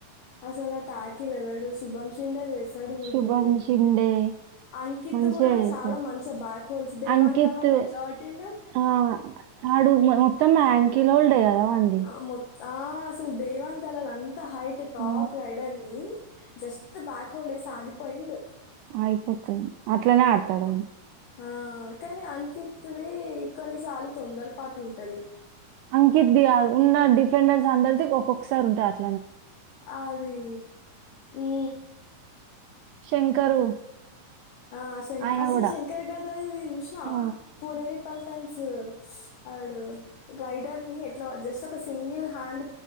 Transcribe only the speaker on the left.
అసలు టాకిీలు ఎవడు శుభంషిండే చేస్ డు చూడు
అంకిత్
కూడా
చాలా మంచిగా బ్యాక్ హోల్స్ దేవాంగ్
దళన్న ఎట్లా పట్టిండు
ఆ మొ ఆ అసలు దేవాంగ్ దలాల అన్ ఇంత హైట్ టాప్
రైడర్ ని జస్ట్ బ్యాక్ హోల్డర్స్ ఆగిపోయిండు
ఆ కానీ అంకిత్ ది కొన్నిసార్లు తొందర పాటు ఉంటది
అది ఈ
ఆ శంక్
అసలు
శంకర గదరిది చూసినావా
పునేరి పల్ టెన్సెస్ అడ్ రైడర్ ని ఎట్లా జస్ట్ ఒక సింగిల్ హ్యాండ్